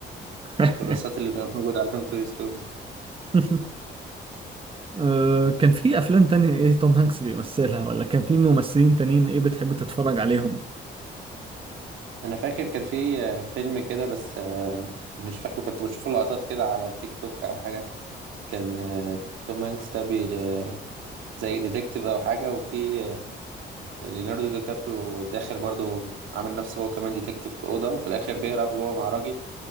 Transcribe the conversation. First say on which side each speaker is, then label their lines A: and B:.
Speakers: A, on the right; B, on the right.
A: <laughs>
B: الكراسات اللي كانت موجودة عليهم توي ستوري
A: <laughs> آه، كان في افلام تانية ايه توم هانكس بيمثلها ولا كان في ممثلين تانيين ايه بتحب تتفرج عليهم
B: أنا فاكر كان في آه، فيلم كده بس آه، مش فاكره كنت بشوف له لقطات كده على تيك توك أو حاجة كان آه، توم هانكس ده بي آه، زي ديتكتيف او حاجه وفي آه، ليوناردو دي كابريو داخل برضه عامل نفسه هو كمان ديتكتيف في اوضه وفي الاخر بيهرب هو مع راجل